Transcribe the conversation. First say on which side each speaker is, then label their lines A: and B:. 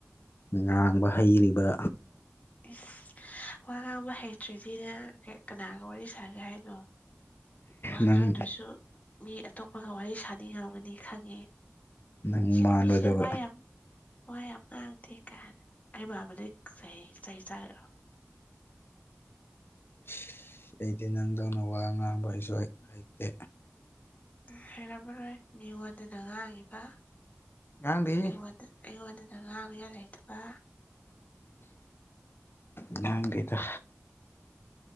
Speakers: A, on the left; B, on the left.
A: ꯉꯥꯡꯕ ꯍꯩꯔꯤꯕ
B: ꯏꯁ ꯋꯥ ꯉꯥꯡꯕ ꯍꯩꯇ꯭ꯔꯤꯗꯤ ꯅꯪ ꯀꯅꯥꯒ ꯋꯥꯔꯤ ꯁꯥꯒꯦ ꯍꯥꯏꯅꯣ ꯋꯥ
A: ꯅꯪ
B: ꯉꯥꯡꯗꯔꯥꯁꯨ ꯃꯤ ꯑꯇꯣꯞꯄꯒ ꯋꯥꯔꯤ ꯁꯥꯅꯤꯡ ꯉꯝꯒꯅꯤ ꯈꯪꯉꯦ
A: ꯅꯪ
B: ꯁꯤ
A: ꯃꯥꯟꯕꯗꯨꯒ
B: ꯅꯨꯄꯤꯁꯦ ꯋꯥ ꯌꯥꯝ ꯋꯥꯌꯥꯝ ꯉꯥꯡꯗꯦꯗꯥ ꯑꯩꯃꯥꯟꯕꯗꯒꯤ ꯆꯩ ꯆꯥꯒꯦꯔꯣ
A: ꯑꯁ ꯑꯩꯗꯤ ꯅꯪꯗꯧꯅ ꯋꯥ ꯉꯥꯡꯕ ꯍꯩꯁꯨ ꯍꯩꯇꯦ
B: ꯍꯩꯔꯝꯃꯔꯣꯏ ꯃꯤꯉꯣꯟꯗꯅ ꯉꯥꯡꯉꯤꯕ
A: ꯉꯥꯡꯗꯦꯍꯦ
B: ꯑꯩꯉꯣꯟꯗ ꯑꯩꯉꯣꯟꯗꯅꯥ ꯉꯥꯡꯅꯤꯡꯉꯥꯏ ꯂꯩꯇꯕ
A: ꯉꯥꯡꯗꯦꯗꯥ